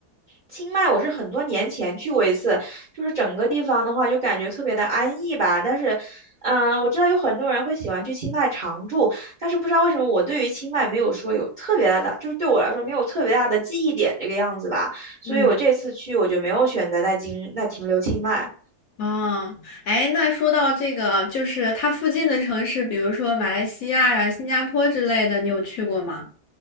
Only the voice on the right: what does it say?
清迈我是很多年前去过一次，就是整个地方的话就感觉特别的安逸吧。但是，嗯、我知道有很多人会喜欢去清迈常住，但是不知道为什么我对于清迈没有说有特别大的，就是对我来说没有特别大的记忆点这个样子吧。所以我这次去我就没有选择在京那停留清迈